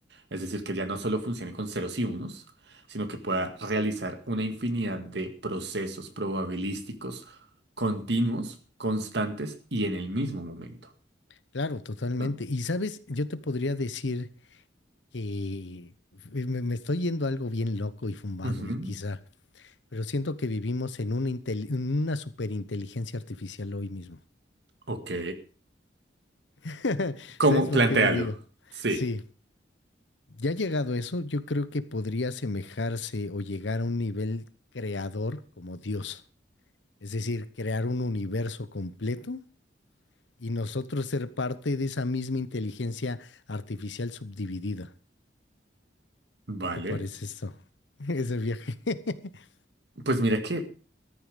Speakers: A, on the right; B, on the left.
A: Es decir, que ya no solo funcione con ceros y unos, sino que pueda realizar una infinidad de procesos probabilísticos continuos, constantes y en el mismo momento.
B: Claro, totalmente.
A: ¿no?
B: Y sabes, yo te podría decir que me, me estoy yendo a algo bien loco y fumado,
A: Ujú,
B: y quizá, pero siento que vivimos en una, intel- en una superinteligencia artificial hoy mismo.
A: Ok.
B: <laughs>
A: ¿Cómo?
B: ¿Sabes por
A: Plantéalo.
B: qué lo digo?
A: Sí.
B: Sí, ya llegado a eso, yo creo que podría asemejarse o llegar a un nivel creador como Dios, es decir, crear un universo completo y nosotros ser parte de esa misma inteligencia artificial subdividida.
A: Vale.
B: ¿Qué te parece esto, <laughs> Ese viaje. <laughs>
A: Pues mira que,